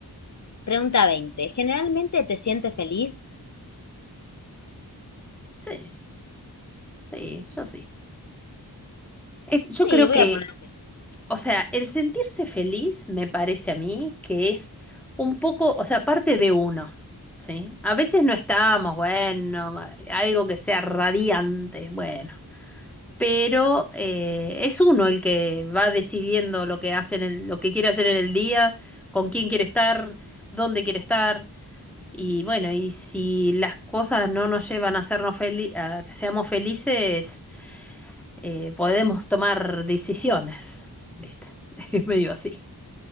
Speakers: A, on the left; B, in the centre.
A: Pregunta 20. ¿Generalmente te sientes feliz?
B: Sí, sí, yo sí. Eh, yo
A: Sí,
B: creo
A: voy
B: que,
A: a Sí, poner que sí.
B: o sea, el sentirse feliz me parece a mí que es un poco, o sea, parte de uno, ¿sí? A veces no estamos, bueno, algo que sea radiante, bueno. pero eh, es uno el que va decidiendo lo que hace en el- lo que quiere hacer en el día, con quién quiere estar, dónde quiere estar. Y bueno, y si las cosas no nos llevan a hacernos felices, a que seamos felices, eh, podemos tomar decisiones, ¿viste? <laughs> Es medio así.